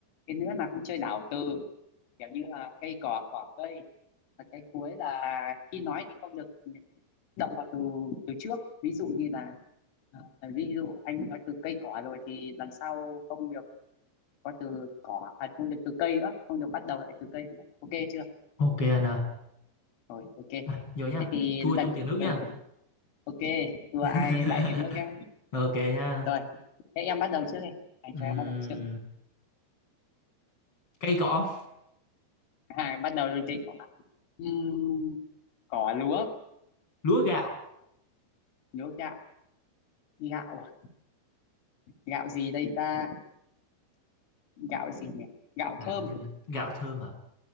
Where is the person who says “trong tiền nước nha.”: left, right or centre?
Left